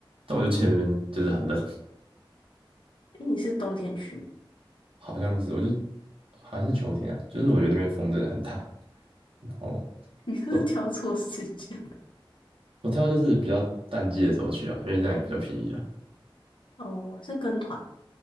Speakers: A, on the right; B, on the left.
A: 但我就记得那边就是很冷，
B: 诶，你是冬天去哦
A: 好像是，我就还是秋天啊，就是我觉得那边风真的很大。然后
B: 你是不是挑错时间？
A: 都我挑就是比较淡季的时候去啊，因为那样也比较便宜了。
B: <laughs> 哦，是跟团哦，